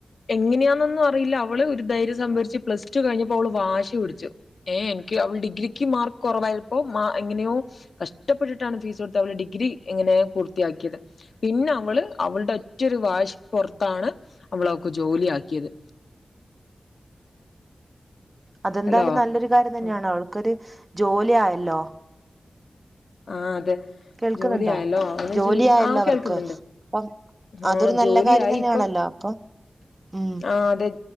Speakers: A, on the left; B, on the right.
A: എങ്ങനെയാണൊന്നും അറിയില്ല അവള് ഒരു ധൈര്യ സംഭരിച്ച് പ്ലസ് പഠിച്ചു കഴിഞ്ഞപ്പോ അവള് വാശി പിടിച്ചു ഏഹ് എനിക്ക് അവൾക്ക് ഡിഗ്രിക്ക് മാർക്ക് കുറവായപ്പോ മാ എങ്ങനെയോ കഷ്ടപ്പെട്ടിട്ടാണ് ഫീസ് കൊടുത്ത അവള ഡിഗ്രി ഇങ്ങനെ പൂർത്തിയാക്കിയത് പിന്നെ അവള് അവളുടെ ഒറ്റൊരു വാശി പുറത്താണ് നമ്മള് അവക്ക് ജോലി ആക്കിയത്
B: അതെന്തായാലും
A: ഹലോ
B: നല്ലൊരു കാര്യം തന്നെയാണ്
A: ഉം
B: അവൾക്കൊരു ജോലി ആയല്ലോ
A: ആഹ് അതെ
B: കേൾക്കുന്നുണ്ടോ
A: ജോലിയായല്ലോ അങ്ങനെ ജോലി
B: ആയല്ലോ
A: ആഹ്
B: അവർക്ക്
A: കേൾക്കുന്നുണ്ട്
B: അപ്പം അതൊരു
A: ആഹ്
B: നല്ല
A: ജോലിയായി
B: കാര്യം തന്നെയാണല്ലോ
A: ഇപ്പൊ
B: അപ്പം ഉം
A: ആഹ് അതെ